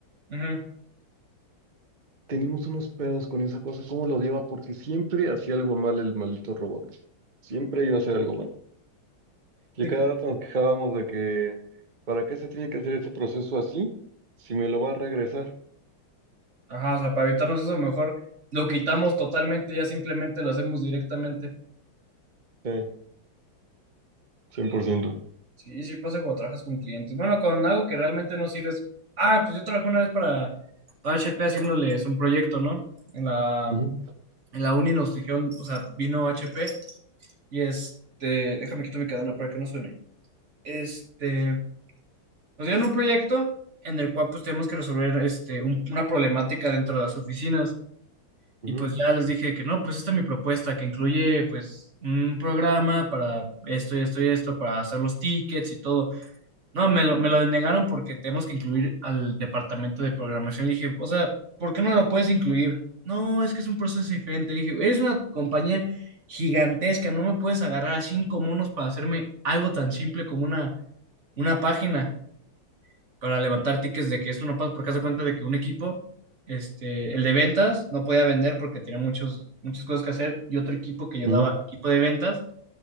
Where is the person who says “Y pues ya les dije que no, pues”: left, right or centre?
Right